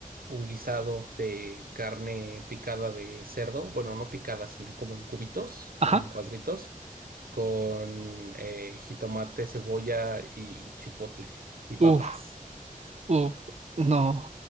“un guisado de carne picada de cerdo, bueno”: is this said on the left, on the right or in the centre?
Right